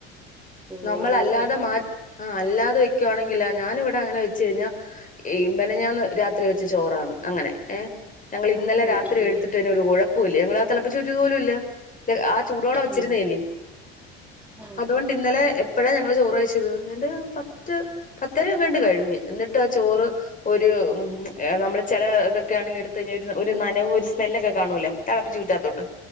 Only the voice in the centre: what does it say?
ഞങ്ങളങ്ങനെ
വെച്ചു
ഉം
ഉം
ഉം
ഉം ആ